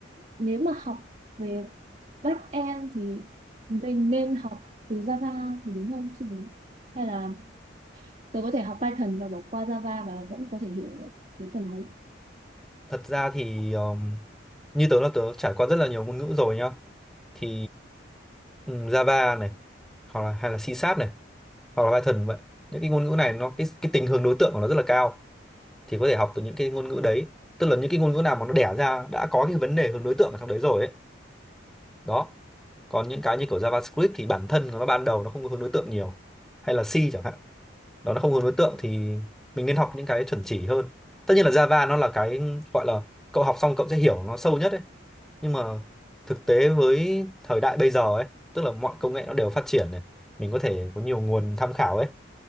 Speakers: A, on the right (about 35°); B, in the centre.
A: nếu mà học về backend thì mình nên học từ Java thì đúng không chứ mình- hay là tớ có thể học Python và bỏ qua Java và vẫn có thể hiểu được cái phần đấy
B: Thật ra thì um, như tớ là tớ trải qua rất là nhiều ngôn ngữ rồi nhá. Thì ừm, Java này, hoặc là hay là C Sharp này, hoặc là Python vậy. Những cái ngôn ngữ này nó cái cái tình hướng đối tượng của nó rất là cao. Thì có thể học từ những cái ngôn ngữ đấy. Tức là những cái ngôn ngữ nào mà nó đẻ ra đã có cái vấn đề hướng đối tượng ở trong đấy rồi ấy đó còn những cái như kiểu JavaScript thì bản thân của nó ban đầu nó không có hướng đối tượng nhiều hay là C chẳng hạn đó nó không hướng đối tượng thì mình nên học những cái chuẩn chỉ hơn tất nhiên là Java nó là cái gọi là cậu học xong cậu sẽ hiểu nó sâu nhất ấy nhưng mà thực tế với thời đại bây giờ ấy tức là mọi công nghệ nó đều phát triển này mình có thể có nhiều nguồn tham khảo ấy